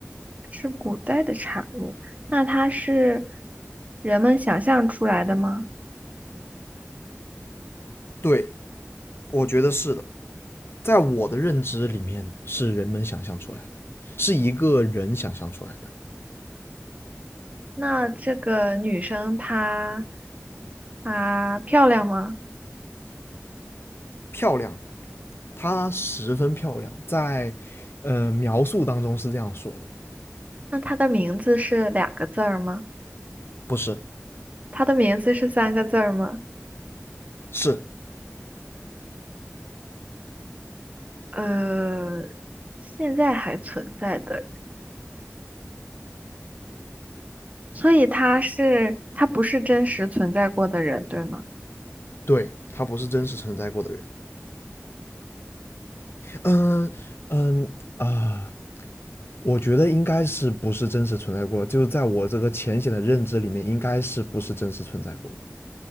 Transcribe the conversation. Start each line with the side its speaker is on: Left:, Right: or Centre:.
Right: 是古代的产物，那它是人们想象出来的吗？
Left: 对，我觉得是的。在我的认知里面，是人们想象出来的，是一个人想象出来的。
Right: 那这个女生她她漂亮吗？
Left: 漂亮，她十分漂亮，在呃描述当中是这样说的，
Right: 那她的名字是两个字儿吗？
Left: 不是，
Right: 她的名字是三个字儿吗？
Left: 是
Right: 呃，现在还存在的，所以她是她不是真实存在过的人，对吗？
Left: 对，她不是真实存在过的人。嗯嗯啊。呃我觉得应该是不是真实存在过，就是在我这个浅显的认知里面，应该是不是真实存在过